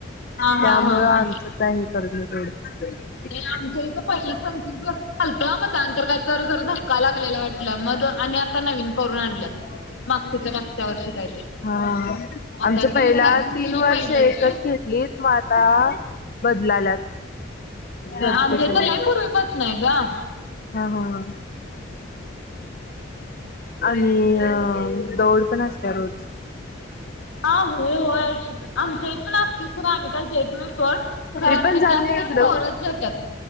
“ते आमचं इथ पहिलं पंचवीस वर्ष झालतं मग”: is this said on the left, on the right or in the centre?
Left